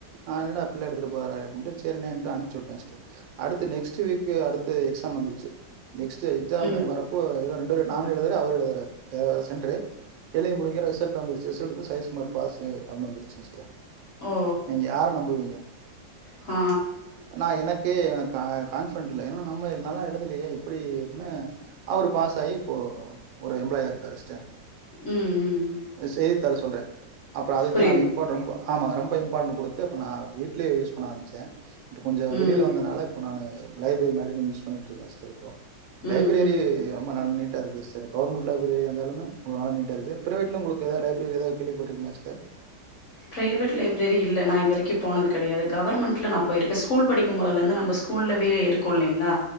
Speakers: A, on the right; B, on the left.
A: நா என்ன டா இப்டில்லா எடுத்துட்டு போறாரு செரிண்ணேன்ட்டு அனுப்புச்சு விட்டே சிஸ்டர் அடுத்து நெக்ஸ்ட்டு வீக்கு அடுத்து எக்ஸாம் வந்துருச்சு நெக்ஸ்ட் எக்ஸாம்
B: ம்
A: வரப்போ எதோ ரெண்டு நானு எழுதுறே அவரும் எழுதுறாரு வேற வேற சென்று எழுதி முடிக்கிற ரிசல்ட் வந்துருச்சு ரிசல்ட வந்து சதீஸ் குமார் பாசு அடின்னு வந்துச்சு ஸ்டர்
B: ஓ ஓ
A: நீங்க யார நம்புவீங்க
B: ஆ
A: நா எனக்கே என கா கான்பிடென்ட் இல்ல ஏன்னா நம்ம நல்லா எழுதலையே இப்படி அப்டின்னு அவரு பாஸ் ஆகி இப்போ ஒரு எம்ப்ளாயா இருக்காரு சிஸ்டர்
B: ம் ம்
A: செய்தித்தாள சொல்றே அப்பறோ அதுக்குதா
B: புரியுது
A: நா இம்பார்டன் ரொம்பா ஆமா ரொம்ப இம்பார்ட்டண்ட் குடுத்து இப்ப நா வீட்லயே யூஸ் பண்ண ஆரமிச்சே இப்ப கொஞ்சோ
B: ம்
A: வெளியில வந்தனால இப்ப நானு லைப்ரரி மாரி யூஸ் பண்ணிட்டு இருக்கே ஸ்டர் இப்போ
B: ம்
A: லைப்ரரி
B: ம்
A: ரொம்ப நல்ல நீட் ட்ட இருக்கு சரி கவர்மெண்ட் லைப்ரரியா இருந்தாலே அங்க போன நீட்டா இருக்கு பிரைவேட்டுல உங்ளுக்கு ஏதாவ்து லைப்ரரி எதாவ்து கேள்விப்பட்டிருக்கிங்களா சிஸ்டர்
B: பிரைவேட் லைப்ரரி இல்ல நா இது வரைக்கு போனது கெடையாது கவர்ன்மெண்ட்ல நா போ போயிருக்க ஸ்கூல் படிக்குமோதுல இருந்து நம்ம ஸ்கூல்லவே இருக்கு இல்லைங்களா